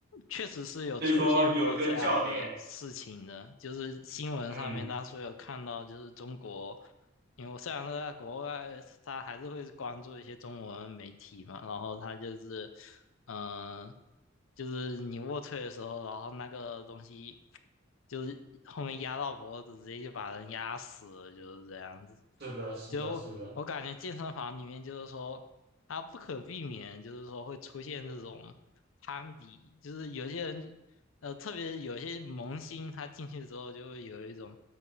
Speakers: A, on the left; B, on the right.
A: 确实是有出现过这样的事情的，
B: 所以说，有一个教练，
A: 就是新闻上面当初有看到，
B: 嗯，
A: 就是中国，因为我虽然说在国外，他还是会关注一些中文媒体嘛，然后他就是，嗯、就是你卧推的时候，然后那个东西。就是后面压到脖子，直接就把人压死了，就是这样子。
B: 是的，是的，
A: 就我感觉健身房里面就是说，
B: 是的，
A: 他不可避免，就是说会出现这种攀比，就是有些人，呃，特别有些萌新，他进去之后就会有一种，